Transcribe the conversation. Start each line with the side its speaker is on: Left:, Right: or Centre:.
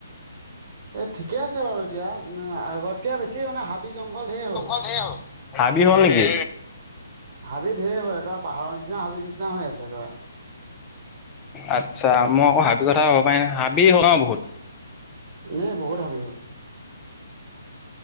Right: এই ঠিকে আছে বাৰু এতিয়া, আগতকৈ বেছি মানে হাবি-জংঘল ধেৰ হ'ল।
Left: ধেৰ হ'ল। হাবি হ'ল নেকি?
Right: হাবি ঢেৰ হয়। একেবাৰে পাহাৰৰ নিচিনা হাবিৰ নিচিনা হৈ আছে একেবাৰে।
Left: আতচ্ছা মই আকৌ হাবি কথা ভবা নাই, হাবি হ'ল ন বহুত?
Right: উম, বহুত হাবি হ'ল।